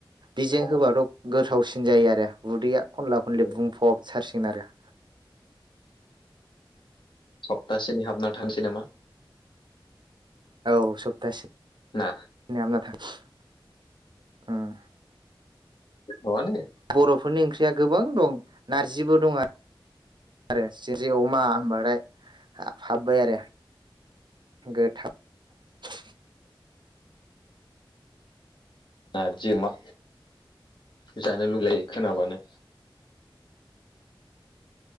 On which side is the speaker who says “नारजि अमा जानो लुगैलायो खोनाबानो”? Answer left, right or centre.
Left